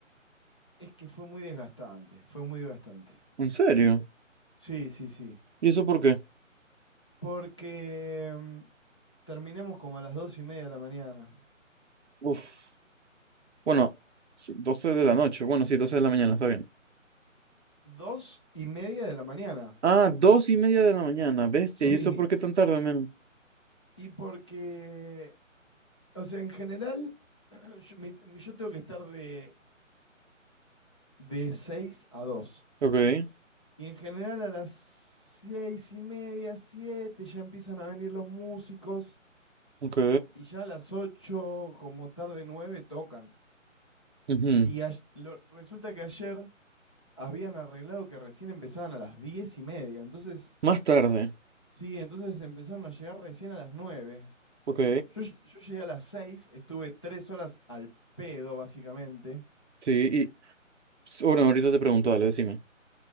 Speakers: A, on the left; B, on the right.
A: es que fue muy desgastante, fue muy desgastante.
B: ¿En serio?
A: Sí, sí, sí.
B: ¿Y eso por qué?
A: Porque mm, terminamos como a las dos y media de la mañana.
B: Uf. Bueno, sí, 12 de la noche. Bueno, sí, 12 de la mañana, está bien.
A: Dos y media de la mañana.
B: Ah, dos y media de la mañana, bestia.
A: Sí.
B: ¿Y eso por qué tan tarde, men?
A: Y porque, o sea, en general, <clears throat> yo, mi- mi- yo tengo que estar de, de seis a dos.
B: Ok,
A: Y en general a las seis y media, siete, ya empiezan a venir los músicos.
B: ok.
A: Y ya a las ocho, como tarde nueve, tocan.
B: Ujú.
A: Y ay- lo- resulta que ayer habían arreglado que recién empezaban a las diez y media. Entonces,
B: Más tarde.
A: sí, entonces empezaron a llegar recién a las nueve.
B: Ok.
A: Yo, ll- yo llegué a las seis, estuve tres horas al pedo, básicamente.
B: Sí, y bueno, ahorita te pregunto, dale, decime.